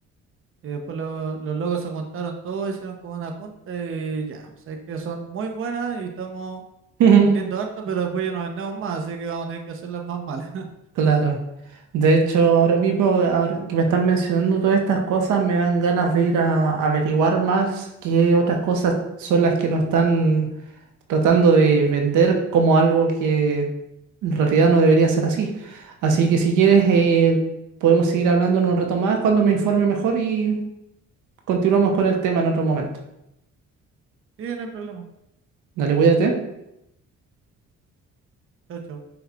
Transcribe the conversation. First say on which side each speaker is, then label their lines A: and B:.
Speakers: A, on the right; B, on the right.
A: y después lo- los locos se juntaron todos, hicieron como una junta y ya, sé que son muy buenas y estamos
B: <laughs>
A: vendiendo harta, pero después ya no vendemos más, así que vamos a tener que hacer las más malas. <laughs>
B: claro. De hecho, ahora mismo, ahora que me están mencionando todas estas cosas, me dan ganas de ir a averiguar más qué otras cosas son las que no están tratando de vender como algo que en realidad no debería ser así. Así que si quieres,
A: Pero,
B: eh, podemos seguir hablando en un rato más cuando me informe mejor y continuamos con el tema en otro momento.
A: sí, no hay problema.
B: Dale, cuídate.
A: Chau, chau.